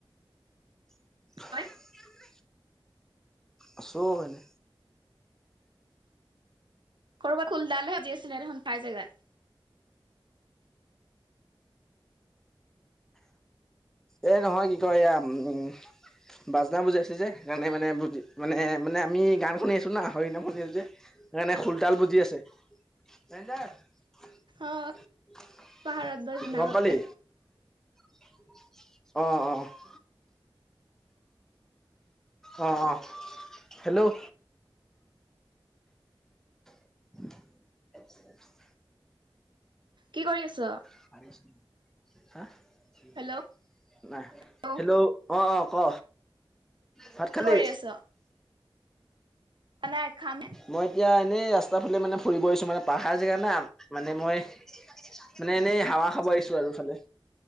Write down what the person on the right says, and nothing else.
তই
কৰবাত খোল-তাল বাজি আছিলে দেখোন পাই জেগাত।
অ পাহাৰত বা জনাবত
কি কৰি আছ?
হেল্ল'
কি
কৰি আছ নাই খাম হে।